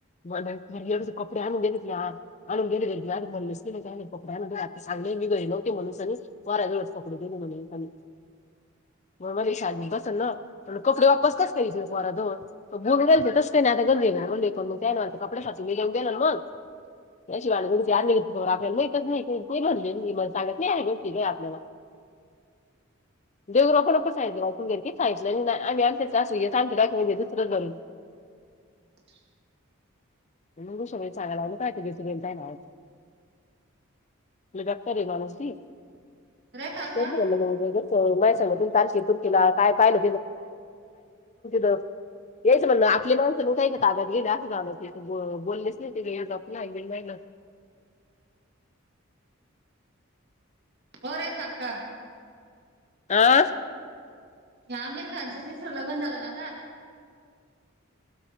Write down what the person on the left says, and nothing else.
ब एवढ कपडे आणून देत यार आणून गेले गे आ म्हणलेस गले, पकड आण ते सांगले मी घरी नव्हते, म्हणूनस आणि पोराजवळच कपडे म्हणे पानी <unintelligible> मग मला विश्वास बसेना म्हने कपडे वापस कसकाय हिचे पोरा जवळ बुऊ गेल ते तस का नाही. आता गर्दीली प मग त्या नाही कपड्या घेऊन गेल मग याशिवालाुचे आले आपल्याला माहितच नाही का ते म्हणले मी म सांगत नाही आहे. बघती काय आपल्याला <unintelligible>
<unintelligible> <inaudible> आहे माणूस दी
<inaudible> आहे गं मा सांगा <inaudible> तुला काय पाहिल <inaudible> हेच म्हणण आपली माणसं दुसऱ्यांच्या ताब्यात गेली असं झालं ते बोललेच नाही ते गे <inaudible> नाही गं
आहं